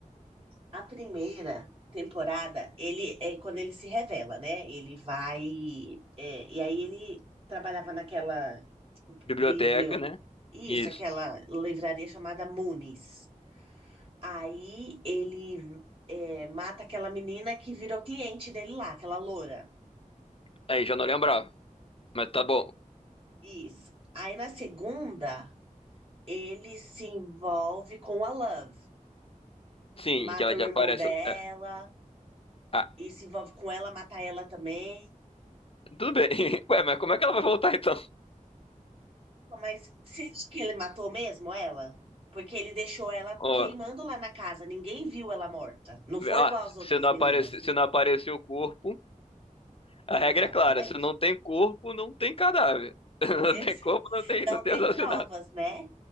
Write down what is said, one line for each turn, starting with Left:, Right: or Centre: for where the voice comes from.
Right: A primeira temporada, ele é quando ele se revela, né? Ele vai é, e aí ele trabalhava naquela
Left: Biblioteca,
Right: biblio,
Left: né?
Right: isso,
Left: Isso.
Right: aquela livraria chamada Moonies. Aí ele é, mata aquela menina que virou cliente dele lá, aquela loura.
Left: Aí já não lembrava. Mas tá bom.
Right: Isso. Aí na segunda, ele se envolve com a Love.
Left: Sim,
Right: Mata
Left: aquela
Right: o
Left: que
Right: irmão
Left: aparece.
Right: dela
Left: é. Ah,
Right: e se envolve com ela, mata ela também.
Left: tudo bem. <laughs> Ué, mas como é que ela vai voltar então?
Right: Mas você acha que ele matou mesmo ela? Porque ele deixou ela
Left: Ó,
Right: queimando lá na casa, ninguém viu ela morta. Não
Left: vê-
Right: foi
Left: ah,
Right: igual às outras
Left: se não
Right: meninas.
Left: aparece, se não aparecer o corpo. A
Right: Exatamente.
Left: regra é clara, se não tem corpo, não tem cadáver.
Right: <laughs>
Left: <laughs>
Right: Ex-
Left: Não tem corpo, não tem,
Right: Não
Left: não tem
Right: tem
Left: assassinato.
Right: provas, né?